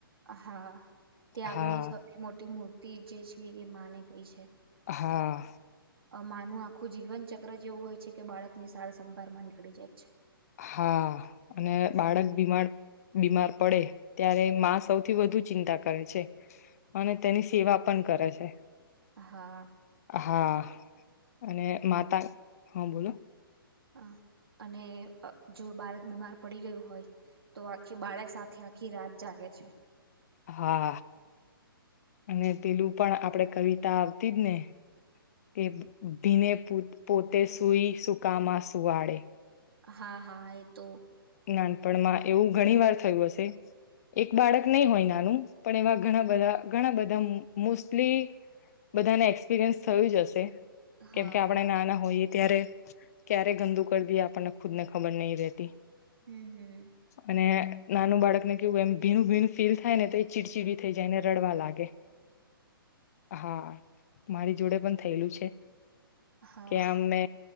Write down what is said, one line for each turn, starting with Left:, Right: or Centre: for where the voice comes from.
Right: હા ત્યાગની
Left: હા
Right: સૌથી મોટી મૂર્તિ જે છે એ માને એ છે
Left: હા
Right: માનું આખું જીવનચક્ર જ એવું હોય છે કે બાળકની સાાળ સંભારમાં નીકળી જાય છે
Left: હા અને બાળક બીમાર બીમાર પડે ત્યારે સૌથી વધુ ચિંતા કરે છે અને તેની સેવા પણ કરે છે
Right: છે હા
Left: હા અને માતા હા બોલો
Right: હ અને જો બાળક બીમાર પડી ગયું હોય તો આખી બાળક સાથે આખી રાત જાગે છે
Left: હા અને પેલું પણ આપણેે કવિતા આવતી જ ને કે ભીને પોતે સુઈ સુકામાં સુવાડે
Right: હા હા એ તો
Left: નાનપણમાં એવું ઘણી વાર થયું હશે એક બાળક નહી હોય નાનું પણ એવા ઘણા બધા ઘણા બધા મોસ્ટલી બધાને એક્સપિરિયન્સ થયું જ હશે કેમ
Right: હા
Left: કે આપણે
Right: હા
Left: નાના હોઈએ ત્યારે ક્યારે ગંદુ કરી દએ આપણને ખુદ ને ખબર નહીિ રતી
Right: હમ હમ
Left: અને નાનું બાળક ને કેવું એમ ભીનુંું ભીણું ફીલ થાય ને તો ચીડચીડી થઈ જાયને રડવા લાગે હા મારી જોડે પણ થયેલું છે
Right: હા
Left: કે આમને